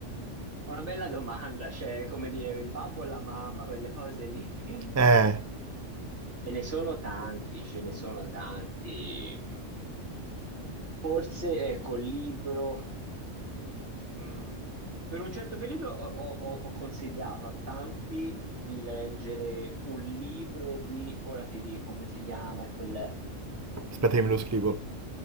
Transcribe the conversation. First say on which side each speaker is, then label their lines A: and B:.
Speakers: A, on the right (about 65°); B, on the right (about 15°).
A: una bella domanda, cioè, come dire, il babbo e la mamma, quelle cose lì, <laughs> veramente.
B: Eh,
A: ce ne sono tanti, ce ne sono tanti. Forse, ecco, il libro, mh, per un certo periodo ho, ho- ho consigliato a tanti di leggere un libro di, ora ti dico come si chiama, è quel,
B: aspetta che me lo scrivo.